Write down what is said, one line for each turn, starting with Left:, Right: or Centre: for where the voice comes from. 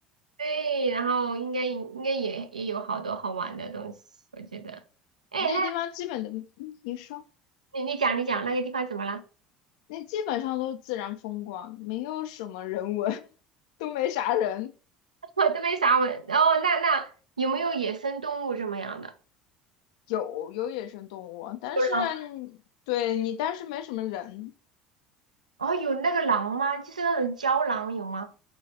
Right: 对，然后应该应该也也有好多好玩的东西，我觉得。哎，
Left: 那地方基本的，
Right: 那
Left: 嗯你说
Right: 你你讲你讲那个地方怎么了？
Left: 那基本上都是自然风光，没有什么人文，<laughs> 都没啥人。
Right: <laughs> 我都没啥问。哦，那那有没有野生动物什么样的？
Left: 有有野生动物，但是
Right: 有狼？
Left: 对你，但是没什么人。
Right: 哦，有那个狼吗？就是那种郊狼有吗？